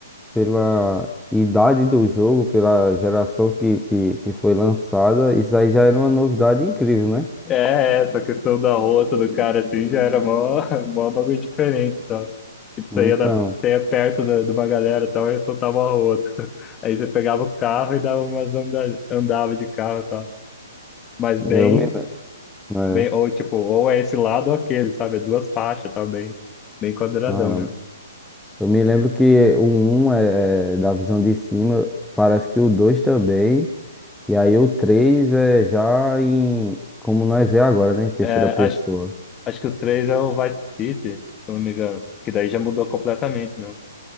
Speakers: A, in the centre; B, on the left.
A: pela idade do jogo, pela geração que, que, que foi lançada, isso aí já era uma novidade incrível, né?
B: É, é, essa questão do arroto do cara assim já era mó, <laughs> mó bagulho diferente e tal. Tipo, você
A: Então,
B: ia, na, você ia perto da, de uma galera e tal, aí soltava o arroto. <laughs> Aí você pegava o carro e dava umas anda, andava de carro e tal. Mas
A: eu
B: bem,
A: me, le- é,
B: bem, ou tipo, ou é esse lado ou aquele, sabe? É duas faixas e tal, bem, bem quadradão
A: caramba.
B: mesmo.
A: eu me lembro que o um é, é da visão de cima, parece que o 2 também, e aí o 3 é já em, como nós vê agora, né? Em terceira
B: É,
A: pessoa.
B: Acho que o 3 é o Vice City, se eu não me engano. Que daí já mudou completamente mesmo.